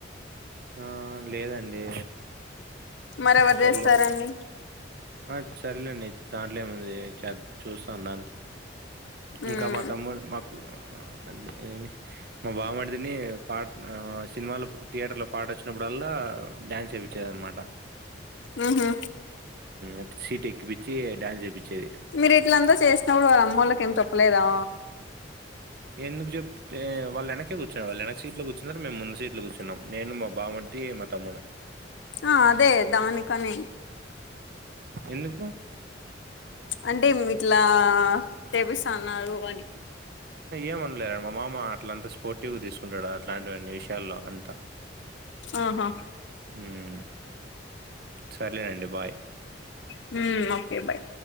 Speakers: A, on the right; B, on the left.
A: ఆ లేదండి
B: మరెవరు
A: చూడలేదు
B: చేస్తారండి
A: ఆ సరేలేండి దాంట్లేముంది చె చూస్తాను దన
B: మ్మ్
A: ఇంకా మా తమ్ముడు మా అదే అదేమి మా బావమరిది ని పాట్ ఆ సినిమాలు థియేటర్ లో పాట వచ్చినప్పుడు ఆల్లా డ్యాన్స్ చేపించేది అనమాట
B: ఆహ
A: ఉ సీట్ ఎక్కిపచ్చి డాన్స్ చేపించేది
B: మీరు ఇట్లంతా చేసినప్పుడు వాళ్ళ అమ్ముల కి ఏం చెప్పలేదా
A: ఎందుకు చెప అంటె వాళ్ళ వెనకే కూర్చున్నారు వాళ్ళ వెనకకి సీట్లు కూర్చున్నారు మేము ముందు సీట్లు కూర్చున్నాం నేను మా బామది మా తమ్ముడు
B: ఆ అదే దానికనే
A: ఎందుకు
B: అంటే ఇట్లా తెపిస్తున్నారు అని
A: ఏమనలే మా మామ అట్ల అంతా ష్పోర్టివ్గా తీసుకుంటాడు అలాంటివన్నీ విషయాల్లో అంతా
B: ఆహా
A: హ్మ్. సర్లేనండి. బాయ్.
B: హ్మ్ ఓకే బాయ